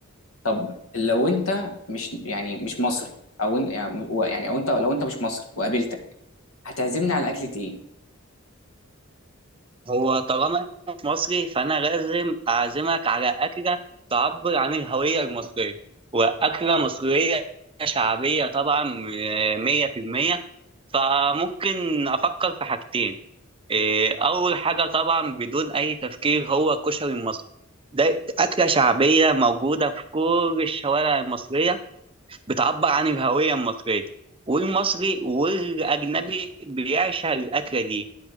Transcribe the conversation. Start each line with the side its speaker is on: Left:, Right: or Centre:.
Left: طب لو أنت مش يعني مش مصري أو إن- يعني يعني أو أنت لو أنت مش مصري وقابلتك هتعزمني على أكلة إيه؟
Right: هو طالما إنت مصري فانا لازم اعزمك على اكله تعبر عن الهويه المصريه واكله مصريه شعبيه طبعا إيه، 100% فممكن افكر في حاجتين إيه، أول حاجة طبعا بدون أي تفكير هو الكشري المصري ده أكلة شعبية موجودة في كل الشوارع المصرية بتعبر عن الهوية المصرية والمصري والأجنبي بيعشق الأكلة دي